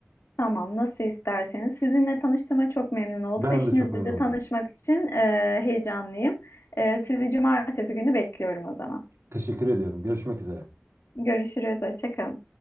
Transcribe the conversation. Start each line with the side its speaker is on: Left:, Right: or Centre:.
Left: Tamam, nasıl isterseniz. Sizinle tanıştığıma çok memnun oldum.
Right: Ben
Left: Eşinizle
Right: de çok memnun
Left: de
Right: oldum.
Left: tanışmak için e, heyecanlıyım. E, sizi cumartesi günü bekliyorum o zaman.
Right: Teşekkür ediyorum. Görüşmek üzere.
Left: Görüşürüz, hoşça kalın.